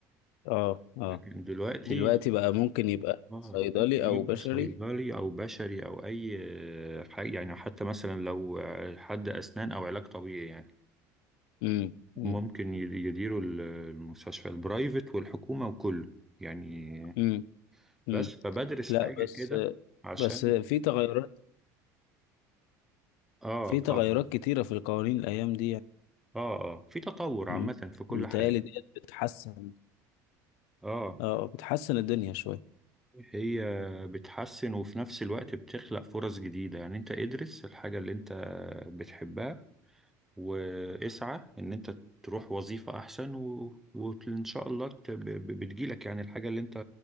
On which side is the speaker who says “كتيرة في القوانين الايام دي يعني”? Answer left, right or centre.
Left